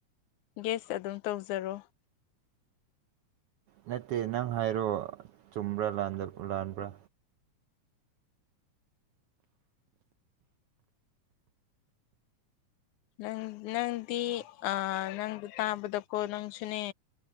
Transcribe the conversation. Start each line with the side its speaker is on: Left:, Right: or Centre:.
Left: ꯒꯦꯁ ꯑꯗꯨꯝ ꯇꯧꯖꯔꯣ <unintelligible>
Right: ꯅꯠꯇꯦ ꯅꯪ ꯍꯥꯏꯔꯣ ꯆꯨꯝꯕ꯭ꯔꯥ ꯂꯥꯟꯕ꯭ꯔꯥ
Left: ꯅꯪ ꯅꯪꯗꯤ ꯑ ꯅꯪ ꯑꯗꯨ ꯇꯥꯕꯗꯀꯣ ꯅꯪꯁꯨꯅꯦ